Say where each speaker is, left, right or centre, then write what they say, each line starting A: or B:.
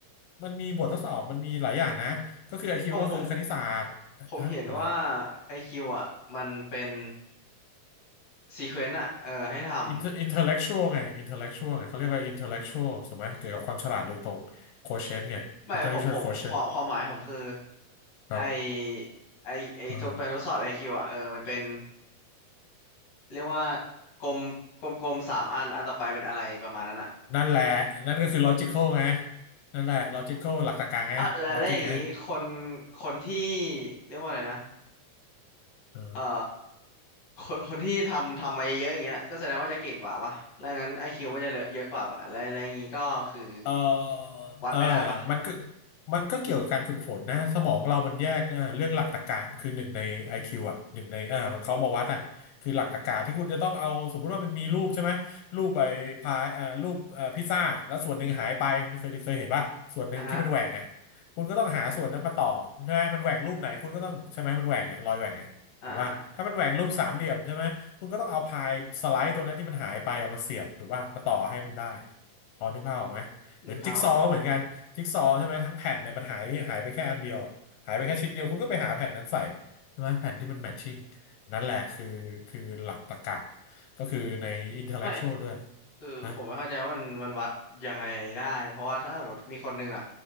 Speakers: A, on the left; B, on the left.
A: มันมีบททดสอบมันมีหลายอย่างนะก็คือ IQ
B: ผมผม
A: ก็คือคณิตศาสตร์ฮะอะไร
B: ผมเห็นว่าไอคิวอ่ะมันเป็นซีเควนต์อ่ะเออให้ทำ
A: inter intellectual ไง intellectual ไงเขาเรียกว่า intellectual ถูกไหมเกี่ยวกับความฉลาดโดยตรง quotient ไง
B: ไม่ผมผมความความหมายผมคือ
A: intellectual quotient ครับ
B: ไอไอไอทดไปทดสอบไอคิวอ่ะเออมันเป็น
A: เออ
B: เรียกว่ากลมกลมกลมสามอันอันต่อไปเป็นอะไรประมาณนั้นอ่ะ
A: นั่นแหละนั่นก็คือ logical ไงนั่นแหละ logical หลักตรรกะไง
B: อ่ะและแล้วอย่างนี้คน
A: logic ไง
B: คนที่เรียกว่าอะไรนะ
A: <laughs> เออ
B: เอ่อคนคนที่ทำทำมาเยอะๆอย่างเงี้ยก็แสดงว่าจะเก่งกว่าป่ะแล้วงั้นไอคิวมันจะเหลือเยอะกว่าป่ะแล้วแล้วอย่างนี้ก็คือ
A: เออ
B: วัดไม่ได้ป่ะ
A: เออมันก็มันก็เกี่ยวกับการฝึกฝนนะสมองเรามันแยกเออเรื่องหลักตรรกะคือหนึ่งใน IQ อคิวอ่ะหนึ่งในอ่ามันเขามาวัดอ่ะคือหลักตรรกะที่คุณจะต้องเอาสมมุติว่ามันมีรูปใช่ไหมรูปไอ้พายอ่ารูปเอ่อพิซซ่าแล้วส่วนหนึ่งหายไปเคยเคยเห็นป่ะส่วนหนึ่งที่มันแหว่งอ่ะ
B: อ่ะฮะ
A: คุณก็ต้องหาส่วนนั้นมาต่อใช่ไหมมันแหว่งรูปไหนคุณก็ต้องใช่ไหมมันแหว่งอ่ะรอยแหว่งอ่ะถูกป่ะถ้ามันแหว่งรูปสามเหลี่ยมใช่ไหมคุณก็ต้องเอาพายสไลด์ตัวนั้นที่มันหายไปอะมาเสียบถูกป่ะมาต่อให้มันได้
B: อ่า
A: พอนึกภาพออกไหม เหมือนจิ๊กซอว์ก็เหมือนกันจิ๊กซอว์ใช่ไหมทั้งแผ่นเลยมันหายหายไปแค่อันเดียวอะหายไปแค่ชิ้นเดียวคุณก็ไปหาแผ่นนั้นใส่
B: นึกภาพออก
A: ใช่ไหมแผ่นที่มันแมทชิ่งนั่นแหละคือคือหลักตรรกะก็คือในอินเทลเล็กชวลด้วย
B: ไม่คือผมไม่เข้าใจว่ามันมันวัดยังไงได้เพราะว่าถ้าสมมติมีคนหนึ่งอะ
A: นะ